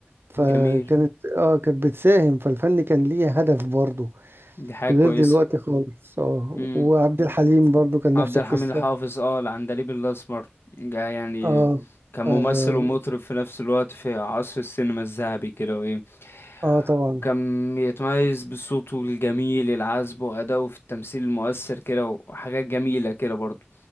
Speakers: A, on the right; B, on the left.
A: فكانت
B: جميل
A: اه كانت بتساهم فالفن كان ليه هدف برضه
B: دي حاجة
A: غير
B: كويسة
A: دلوقتي خالص اه
B: امم
A: وعبد الحليم برضو كان
B: عبد
A: نفس القصة
B: الحميد الحافظ اه العندليب الاسمر ده يعني
A: اه
B: كان ممثل
A: اه,
B: ومطرب في نفس الوقت في عصر السينما الذهبي كده وايه
A: آه طبعا
B: وكان يتميز بصوته الجميل العذب وأداؤه في التمثيل المؤثر كده وحاجات جميلة كده برضه